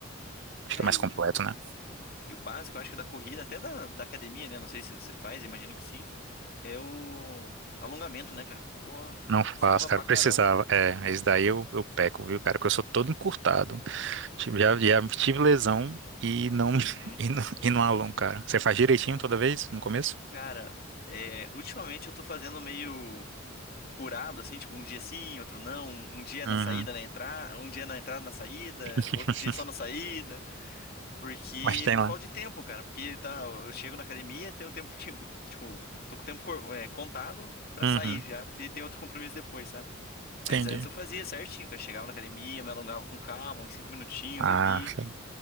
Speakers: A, on the right; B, on the left.
A: Fica
B: É,
A: mais
B: e o,
A: completo, né?
B: e o básico, eu acho que da corrida, até da, da academia, né? Não sei se você faz, imagino que sim. É o alongamento, né, cara? Porra,
A: Não faz,
B: salva
A: cara.
B: pra
A: eu
B: caramba.
A: Precisava. É, esse daí eu, eu peco, viu, cara? Que eu sou todo encurtado. Tive, já, já tive lesão e não, <laughs>
B: Uhum.
A: e não, e não alongo, cara. Você faz direitinho toda vez, no começo?
B: Cara, é, ultimamente eu tô fazendo meio furado, assim, tipo, um dia sim, outro não. Um, um dia
A: Uhum.
B: na saída, na entrada, um dia na entrada, na saída,
A: <laughs>
B: outro dia só na saída. Porque,
A: Mas tem
B: por
A: lá.
B: falta de tempo, cara. Porque, tá, eu chego na academia, tenho tempo, de- tipo, tô com o tempo cor- é, contado pra
A: Uhum.
B: sair já, porque tem outro compromisso depois, sabe? Mas
A: Entendi.
B: antes eu fazia certinho, cara. Chegava na academia, me alongava com calma, uns cinco minutinhos
A: Ah,
B: ali.
A: sim.